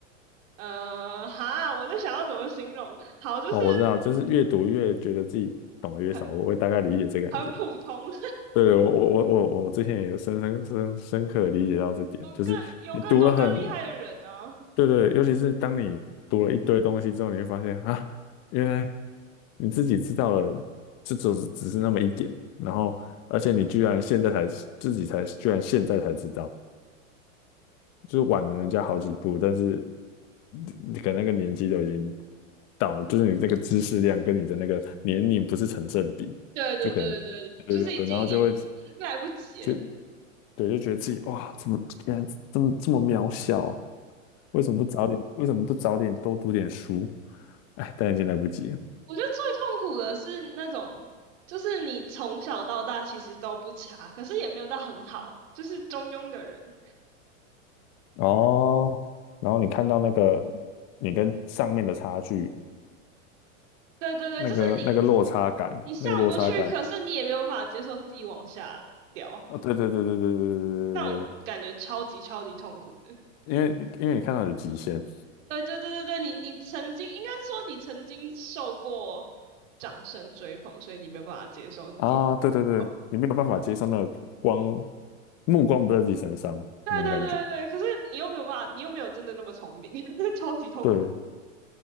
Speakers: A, on the right; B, on the left.
A: 呃，哈，我在想要怎么形容？好，就是
B: 哦，我知道，就是越读越觉得自己懂得越少，
A: 很
B: 我会大概理解这感觉。
A: 很普通，<laughs> 有
B: 对对，我我我我我之前也有深深深深刻地理解到这点，就是你读了很，
A: 更有更多更厉害的人呢、啊
B: 对对，尤其是当你读了一堆东西之后，你会发现啊，原来你自己知道了，这只是只是那么一点，然后而且你居然现在才自己才居然现在才知道，就是晚了人家好几步，但是你可能那个年纪都已经到了，就是你那个知识量跟你的那个年龄不是成正比，
A: 对对对对对，
B: 就可能比对对对，
A: 就是已经已已经来不及了。
B: 然后就会就对就觉得自己哇，怎么原来这么这么渺小啊？为什么不早点？为什么不早点多读点书？哎，但已经来不及了。
A: 我觉得最痛苦的是那种，就是你从小到大其实都不差，可是也没有到很好，就是中庸的人。
B: 哦，然后你看到那个你跟上面的差距，
A: 对对对，
B: 那个那个落差感，
A: 就是你你上不去，
B: 那个落差感
A: 可是你也没有办法接受自己往下了掉，
B: 啊，对对对对对对对对，
A: 那种感觉超级超级痛苦的。
B: 因为因为你看到有极限
A: 对对对对对，你你曾经应该是说你曾经受过掌声追捧，所以你没有办法接受自己变痛。
B: 啊，对对对，你没有办法接受那个光，目光不在自己身上那种感觉。
A: 对对对对对，可是你又没有办法，你又没有真的那么聪明，<laughs> 超级痛苦。
B: 对，